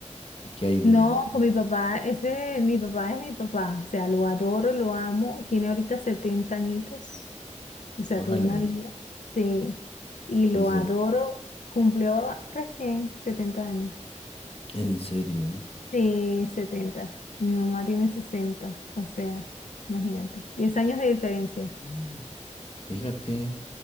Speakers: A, on the left; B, on the left.
A: ¿Qué hay de,
B: No,
A: de ti?
B: con mi papá, ese, mi papá es mi papá, o sea, lo adoro, lo amo, tiene ahorita 70 añitos, o sea,
A: Órale,
B: toda una vida, sí, y lo
A: dice,
B: adoro, cumplió recién 70 años,
A: ¿en serio?
B: sí, 70. mi mamá tiene 60, o sea, imagínate, 10 años de diferencia,
A: Mm, Fíjate,